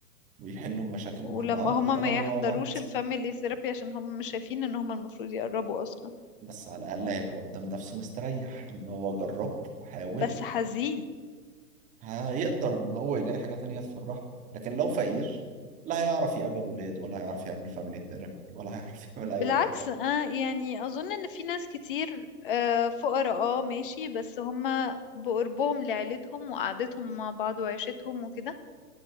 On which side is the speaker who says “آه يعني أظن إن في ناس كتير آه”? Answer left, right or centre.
Left